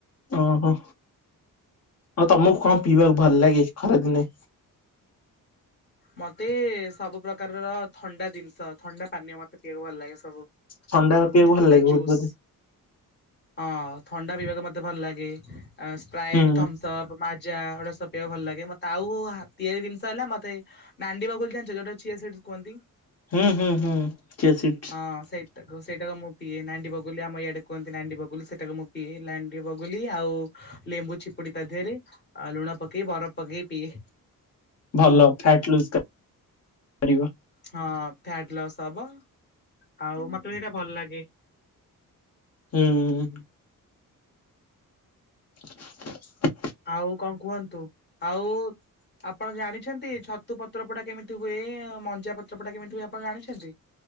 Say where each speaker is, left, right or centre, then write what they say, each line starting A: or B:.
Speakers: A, on the left; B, on the left.
A: ଓହୋ ଆଉ ତମକୁ କଣ ପିଇବାକୁ ଭଲ ଲାଗେ ଖରାଦିନେ?
B: ମତେ ସବୁ ପ୍ରକାରର ଥଣ୍ଡା ଜିନିଷ। ଥଣ୍ଡା ପାନୀୟ ମତେ ପିଇବାକୁ ଭଲ ଲାଗେ ସବୁ।
A: ଥଣ୍ଡା
B: ସବୁ
A: ପିଇବାକୁ
B: ଥଣ୍ଡା
A: ଭଲ ଲାଗେ ବହୁତ
B: ଜୁସ୍।
A: ବୋଧେ
B: ହଁ ଥଣ୍ଡା ପିଇବାକୁ ମତେ ଭଲ ଲାଗେ। ସ୍ପ୍ରାଇଟ୍
A: ହୁଁ
B: ଥମ୍ସଅପ୍। ମାଜା ଏଗୁଡ଼ା ସବୁ ପିଇବାକୁ ଭଲ ଲାଗେ ମତେ ଆଉ ହା ତିଆରି ଜିନିଷ ହେଲା ମତେ। ନାଣ୍ଡିବଗୁଲି ଜାଣିଛ ଯୋଉଟାକୁ ଚିଆ ସିଡ଼ସ କୁହନ୍ତି?
A: ହୁଁ ହୁଁ ହୁଁ ଚିଆସୀଡ୍।
B: ହଁ ସେଇଟାକୁ ସେଇଟାକୁ ମୁଁ ପିଏ ନାଣ୍ଡିବଗୁଲି ଆମ ଇଆଡେ କୁହନ୍ତି ନାଣ୍ଡିବଗୁଲି ସେଇଟାକୁ ମୁଁ ପିଏ ନାଣ୍ଡିବଗୁଲି ଆଉ। ଲେମ୍ବୁ ଚିପୁଡ଼ି ତା ଦେହରେ ଲୁଣ ପକେଇ ବରଫ ପକେଇ ପିଏ।
A: ଭଲ ଫ୍ୟାଟ ଲୁଜ କ କରିବ।
B: ହଁ ଫ୍ୟାଟ ଲସ୍ ହବ ଆଉ ମତେ ବି ସେଇଟା ଭଲ ଲାଗେ।
A: ହୁଁ। <inaudible>
B: ଆଉ କଣ କୁହନ୍ତୁ? ଆଉ। ଆପଣ ଜାଣିଛନ୍ତି ଛତୁ ପତ୍ର ପୋଡ଼ା କେମିତି ହୁଏ। ମଞ୍ଜା ପତ୍ର ପୋଡ଼ା କେମିତି ହୁଏ ଆପଣ ଜାଣିଛନ୍ତି?